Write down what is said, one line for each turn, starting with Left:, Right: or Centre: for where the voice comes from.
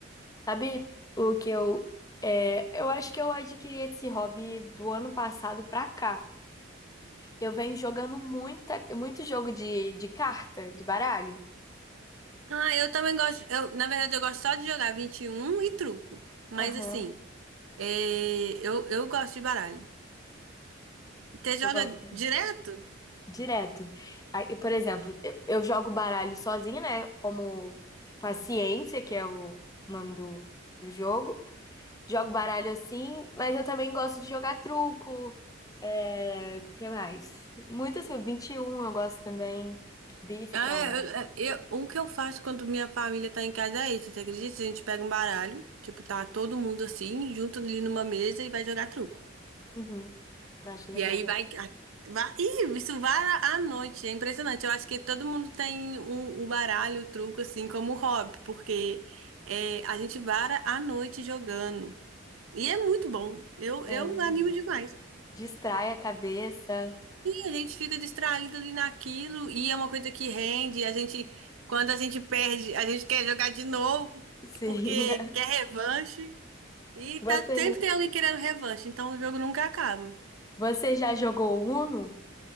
Left: Sabe o que eu. É, eu acho que eu adquiri esse hobby do ano passado pra cá. Eu venho jogando muita, muito jogo de, de carta, de baralho.
Right: Ah, eu também gosto, eu, na verdade eu gosto só de jogar 21 e um e truco. Mas
Left: Aham,
Right: assim, é, eu, eu gosto de baralho. Você joga
Left: eu gosto
Right: direto?
Left: direto. Aí, por exemplo, eu eu jogo baralho sozinha, né? Como Paciência, que é o nome do, do jogo. Jogo baralho assim, mas eu também gosto de jogar truco. É, que mais? Muitas, coisas. vinte e um eu gosto também. Bife,
Right: Ah,
Left: que é
Right: é,
Left: o.
Right: eu, é, eu- o que eu faço quando minha família tá em casa é isso, você acredita? A gente pega um baralho, tipo, tá todo mundo assim, junto ali numa mesa e vai jogar truco.
Left: Uhum, acho
Right: E
Left: legal.
Right: aí vai, a- vai, ih, isso vara à noite, é impressionante. Eu acho que todo mundo tem o o baralho, o truco, assim, como hobby, porque é, a gente vara à noite jogando. E é muito bom, eu,
Left: É
Right: eu
Left: legal.
Right: animo demais.
Left: Distrai a cabeça.
Right: A gente fica distraído ali naquilo e é uma coisa que rende. A gente, quando a gente perde, a gente quer jogar de novo
Left: Sim.
Right: porque
Left: <laughs>
Right: quer revanche e
Left: Você.
Right: tá sempre tem alguém querendo revanche, então o jogo nunca acaba.
Left: Você já jogou Uno?